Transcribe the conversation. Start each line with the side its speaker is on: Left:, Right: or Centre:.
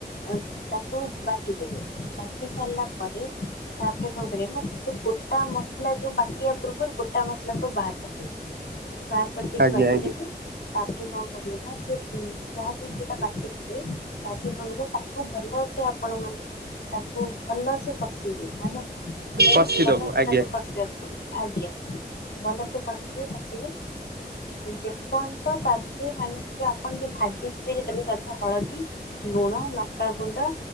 Left: ଆ ତାକୁ ବାଟି ଦେବେ। ବାଟି ସାରିଲା ପରେ ତାପରେ କଣ କରିବେ ନା ସେ ଗୋଟା ମସଲା ଯୋଉ ବାଟି ଆ ପୂର୍ବରୁ ଗୋଟା ମସଲା ସବୁ ବାହାର କରିଦେଇ ବାହାର କରିଦେଇକି
Right: ଆଜ୍ଞା
Left: ବାଟିଦେବେ।
Right: ଆଜ୍ଞା
Left: ଟି କଣ କରିବେ ନା ସେ ଯାହା ବି ସେଟା ବାଟିଥିବେ ତାଜୁ କଣ କରିବେ ତାକୁ ଭଲସେ ଆପଣ ମାନେ ତାକୁ ଭଲସେ କସିବେ ମାନେ ବହୁତ
Right: କଷିଦବୁ
Left: ଭଲ ସେ
Right: ଆଜ୍ଞା
Left: ତାକୁ କସିବାକୁ ଆଜ୍ଞା ଭଲ ସେ କସିବେ କସିବେ ଯେ ପନ୍ତ ତା <unintelligible> ଆପଣ ଯୋଉ ଭାଜି ଥିବେ ଯେତେବେଳେ ତା ଦେହରେ ହଳଦୀ ଲୁଣ ଲଙ୍କାଗୁଣ୍ଡ